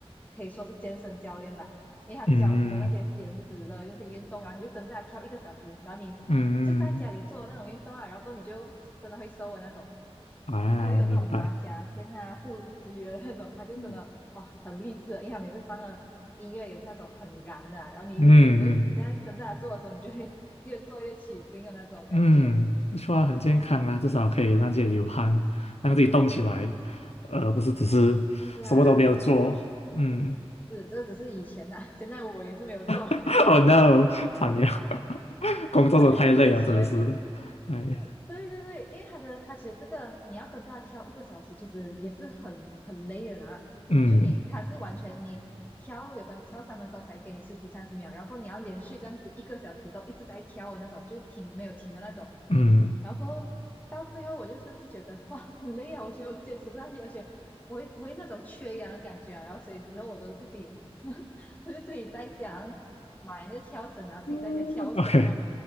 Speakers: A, on the left; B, on the left.
A: 可以说是健身教练吧，因为他教很多那些减脂的那些运动，
B: 嗯
A: 然后你就跟着他跳一个小时，然后你就在家里做那种运动啊，
B: 嗯
A: 然后你就真的会瘦的那种，
B: 啊，
A: 还会有那种马甲线啊、
B: 明白，
A: 腹肌的那种，他就真的哇很励志的因为他每次放的音乐也是那种很燃的啊然后你你就你在跟着他做的时候，
B: 嗯，嗯嗯
A: 你就会越做越起劲的那种感觉。
B: 嗯说不错啊，很健康啊，至少可以让自己流汗，让自己动起来，呃，不是只是什么都没有做，
A: 是啊，
B: 嗯
A: 是，这只是以前啊，现在我也是没有做。<laughs>
B: <laughs>，Oh no，惨了，<laughs> 工作都太累了，
A: 对于这以前，
B: 真的是，哎，
A: 因对对对，因为他的他其实这个你要跟着他跳一个小时，其实也是很很累的啦。
B: 嗯
A: 就你他是完全你跳，有可能跳三分钟才给你休息三十秒，然后你要连续这样子一个小时都一直在跳的那种，就停没有停的那种。
B: 嗯。
A: 然后过后到最后，我就甚至觉得哇很累啊，我觉得我坚持不下去，而且我会我会那种缺氧的感觉啊。然后所以之后我都自己，<laughs> 我就自己在家买那个跳绳，然后自己在家跳绳哦。
B: 嗯 OK，